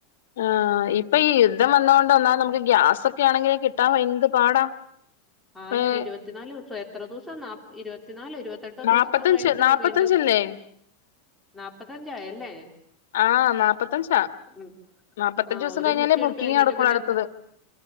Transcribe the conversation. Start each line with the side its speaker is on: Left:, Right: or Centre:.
Left: ആഹ് ഇപ്പൊ ഈ യുദ്ധം വന്നത് കൊണ്ട് ഒന്നാത് നമുക്ക് ഗ്യാസൊക്കെ ആണെങ്കിൽ കിട്ടാൻ പാടാ
Centre: ആന്നെ
Left: ഏഹ്
Centre: ഇരുപത്തിനാല് ദിവസം എത്ര ദിവസം നാ ഇരുപത്തിനാല് ഇരുപ ത്തെട്ടോ
Left: നാപ്പത്തഞ്ച്
Centre: ദിവസം കഴിഞ്ഞിട്ടല്ലേ
Left: നാപ്പത്തഞ്ചല്ലേ
Centre: വീണ്ടും നാല്പത്തഞ്ചായല്ലേ
Left: ആഹ് നാപ്പത്തഞ്ചാ
Centre: ഉം
Left: നാപ്പത്തഞ്ച്
Centre: ആഹ്
Left: ദിവസം
Centre: ഒരു
Left: കഴിഞ്ഞാലേ
Centre: കുറ്റി
Left: ബുക്കിംഗ്
Centre: എടുത്ത് കഴിഞ്ഞിട്ട്
Left: നടക്കുള്ളൂ
Centre: പിന്നെ
Left: അടുത്തത്